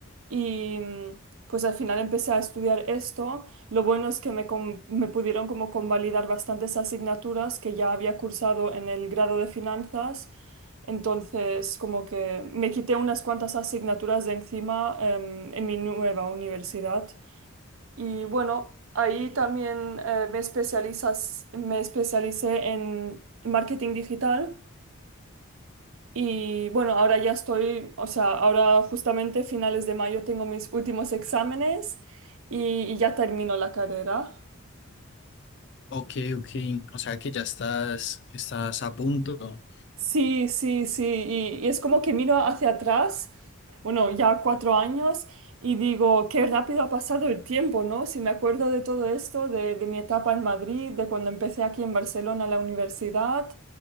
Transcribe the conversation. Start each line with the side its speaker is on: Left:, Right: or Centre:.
Right: y mm, pues al final empecé a estudiar esto. Lo bueno es que me, con- me pudieron como convalidar bastantes asignaturas que ya había cursado en el grado de Finanzas. Entonces, como que me quité unas cuantas asignaturas de encima em, en mi nueva universidad. Y bueno, ahí también eh, me especializas, me especialicé en marketing digital. Y bueno, ahora ya estoy, o sea, ahora justamente finales de mayo tengo mis últimos exámenes y, y ya termino la carrera.
Left: Ok, ok. O sea que ya estás, estás a punto.
Right: Sí, sí, sí, y, y es como que miro hacia atrás, bueno, ya cuatro años, y digo, qué rápido ha pasado el tiempo, ¿no? Si me acuerdo de todo esto, de, de mi etapa en Madrid, de cuando empecé aquí en Barcelona la universidad,